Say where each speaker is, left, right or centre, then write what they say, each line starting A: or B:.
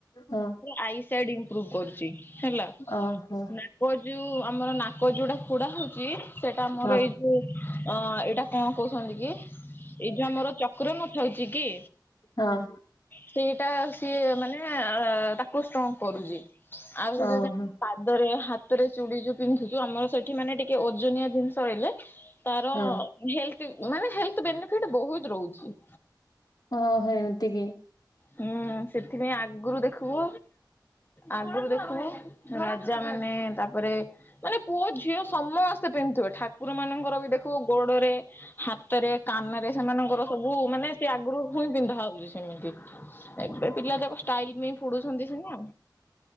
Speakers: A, on the left; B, on the left.
A: ହଁ।
B: ଆଇସାଇଟ୍‌ ଇମ୍ପ୍ରୋବ୍ କରୁଛି ହେଲା।
A: ଓହୋ
B: ନା ଉପରେ ଯୋଉ ଆମର ନାକ ଯୋଉଟା ଫୁଡ଼ା ହଉଛି। ସେଟା ଆମର
A: ହଁ
B: ଏଇ ଯୋଉ ଅ ଏଇଟା କଣ କହୁଛନ୍ତି କି! ଏଇ ଯଉ ଆମର ଚକ୍ର ନଥାଉଛି କି
A: ହଁ
B: ସେଇଟା ସିଏ ମାନେ ଏଁ ଏ ତାକୁ ଷ୍ଟ୍ରଙ୍ଗ କରୁଛି। ଆଉ
A: ଓହୋ
B: ସେ ଯୋଉ ପାଦରେ ହାତରେ ଚୁଡ଼ି ଯୋ ପିନ୍ଧୁଛୁ। ଆମର ସେଠି ମାନେ ଟିକେ ଓଜନିଆ ଜିନିଷ ହେଲେ ତାର
A: ହଁ।
B: ହେଲ୍ର୍ଥ ମାନେ ହେଲ୍ର୍ଥ ବେନିଫିଟ୍‌ ବହୁତ ରହୁଛି।
A: ହଁ ହେଉ ଏତିକି।
B: ହୁଁ ସେଥିପାଇଁ ଆଗରୁ ଦେଖିବୁ ଆଗରୁ ଦେଖିବୁ ରାଜା ମାନେ ତାପରେ ମାନେ ପୁଅ ଝିଅ ସମସ୍ତେ ପିନ୍ଧୁଥିବେ ଠାକୁର ମାନଙ୍କର ବି ଦେଖିବୁ ଗୋଡରେ ହାତରେ, କାନରେ ସେମାନଙ୍କର ସବୁ ମାନେ ସେ ଆଗରୁ ହୁଁ ପିନ୍ଧା ହଉଛି ସେମିତି। ଏବେ ପିଲାଯାକ ଟାଇଲ୍ ପାଇଁ ପୁଡୁଛନ୍ତି ସିନା